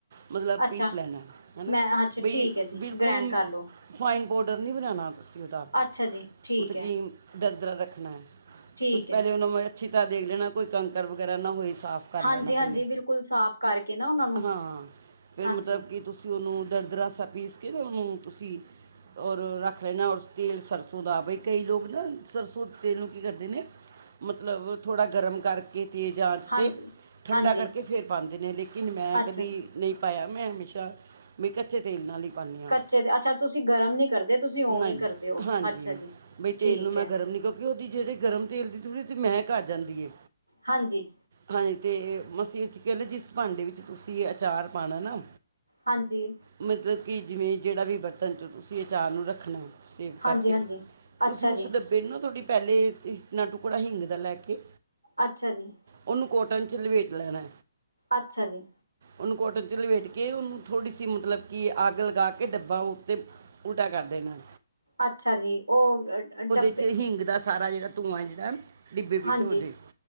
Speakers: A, on the right; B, on the right.
A: ਮਤਲਬ
B: ਅੱਛਾ
A: ਪੀਸ ਲੈਣਾ ਹੈ ਨਾਂ,
B: ਮੈਂ ਅੱਛਾ
A: ਬਈ
B: ਠੀਕ ਹੈ ਜੀ
A: ਬਿਲਕੁਲ
B: ਗ੍ਰੈਂਡ ਕਰ ਲਓ
A: ਫਾਈਨ ਪਾਊਡਰ ਨਈਂ ਬਣਾਣਾ। ਅਸੀਂ ਉਹਦਾ
B: ਅੱਛਾ ਜੀ ਠੀਕ
A: ਮਤਲਬ
B: ਹੈ
A: ਕਿ ਦਰਦਰਾ ਰੱਖਣਾ ਐ।
B: ਠੀਕ
A: ਤੁਸੀਂ ਪਹਿਲੇ
B: ਹੈ
A: ਉਹਨਾਂ ਨੂੰ ਅਛੀ ਤਰ੍ਹਾਂ ਦੇਖ ਲੈਣਾ, ਕੋਈ ਕੰਕਰ ਵਗੈਰਾ ਨਾ ਹੋਏ ਸਾਫ਼ ਕਰ
B: ਹਾਂਜੀ
A: ਲੈਣਾ
B: ਹਾਂਜੀ
A: ਪਹਿਲੇ,
B: ਬਿਲਕੁਲ ਸਾਫ਼ ਕਰਕੇ ਨਾ ਉਹਨਾਂ ਨੂੰ
A: ਹਾਂ ਫੇਰ
B: ਹਾਂਜੀ
A: ਮਤਲਬ ਕਿ ਤੁਸੀਂ ਉਹਨੂੰ ਦਰਦਰਾਸਾ ਪੀਸ ਕੇ ਤੇ ਉਹਨੂੰ ਤੁਸੀਂ ਔਰ ਰੱਖ ਲੈਣਾ ਔਰ ਤੇਲ ਸਰਸੋਂ ਦਾ, ਬਈ ਕਈ ਲੋਕ ਨਾ ਸਰਸੋਂ ਤੇਲ ਨੂੰ ਕੀ ਕਰਦੇ ਨੇਂ, ਮਤਲਬ ਥੋੜ੍ਹਾ ਗਰਮ ਕਰਕੇ ਤੇਜ਼ ਆ
B: ਹਾਂਜੀ
A: ਠੰਡਾ
B: ਹਾਂਜੀ
A: ਕਰਕੇ, ਫੇਰ ਪਾਂਦੇ ਨੇ ਲੇਕਿਨ ਮੈਂ
B: ਅੱਛਾ
A: ਕਦੀ
B: ਜੀ
A: ਨਈਂ ਪਾਇਆ ਮੈਂ ਹਮੇਸ਼ਾ ਮੈਂ ਕੱਚੇ ਤੇਲ ਨਾਲ ਈ ਪਾਨੀ ਆਂ।
B: ਕੱਚੇ ਦੇ ਅੱਛਾ ਤੁਸੀਂ ਗਰਮ ਨਹੀਂ ਕਰਦੇ ਤੁਸੀਂ ਉਵੇਂ
A: ਨਈਂ,
B: ਹੀ ਕਰਦੇ ਹੋ
A: ਹਾਂਜੀ
B: ਅੱਛਾ ਜੀ
A: ਬਈ
B: ਠੀਕ
A: ਤੇਲ ਨੂੰ ਮੈਂ
B: ਹੈ
A: ਗਰਮ ਨੀਂ ਕਿਉਂ ਕਿ ਉਹਦੀ ਜਿਹੜੇ ਗਰਮ ਤੇਲ ਦੀ ਥੋੜੀ ਮਹਿਕ ਆ ਜਾਂਦੀ ਐ।
B: ਹਾਂਜੀ
A: ਹਾਂਜੀ ਤੇ ਮਸੀਂ ਕਹਿ ਲਓ, ਜਿਸ ਭਾਂਡੇ ਵਿੱਚ ਤੁਸੀਂ ਅਚਾਰ ਪਾਣਾ ਨਾਂ
B: ਹਾਂਜੀ।
A: ਮਤਲਬ ਕਿ ਜਿਵੇਂ ਜਿਹੜਾ ਵੀ ਬਰਤਨ ਚੋਂ ਤੁਸੀਂ ਅਚਾਰ ਨੂੰ ਰੱਖਣਾ। ਸੇਵ ਕਰਕੇ
B: ਹਾਂਜੀ ਹਾਂਜੀ
A: ਤੁਸੀਂ
B: ਅੱਛਾ
A: ਉਸ
B: ਜੀ
A: ਡੱਬ ਬੈਨੂੰ ਥੋਡੀ ਪਹਿਲੇ ਇਤਨਾਂ ਟੁਕੜਾ ਹਿੰਗ ਦਾ ਲੈ ਕੇ
B: ਅੱਛਾ ਜੀ
A: ਉਹਨੂੰ ਕੋਟਨ ਚ ਲਵੇਟ ਲੈਣਾ
B: ਅੱਛਾ ਜੀ
A: ਉਨੂੰ ਕੋਟਨ ਚ ਲਵੇੇਟ ਕੇ ਉਨੂੰ ਥੋੜ੍ਹੀ ਸੀ ਮਤਲਬ ਕਿ ਅੱਗ ਲਗਾ ਕੇ ਡੱਬਾ ਉੱਤੇ ਉਲਟਾ ਕਰ ਦੇਣਾਂ।
B: ਅੱਛਾ ਜੀ, ਉਹ ਡੱਬੇ
A: ਚ ਹਿੰਗ ਦਾ ਸਾਰਾ ਜਿੜਾ ਧੂੰਆਂ ਐ ਜੇੜਾ ਡਿੱਬੇ ਵਿੱਚ
B: ਹਾਂਜੀ
A: ਹੋ ਜਾਏ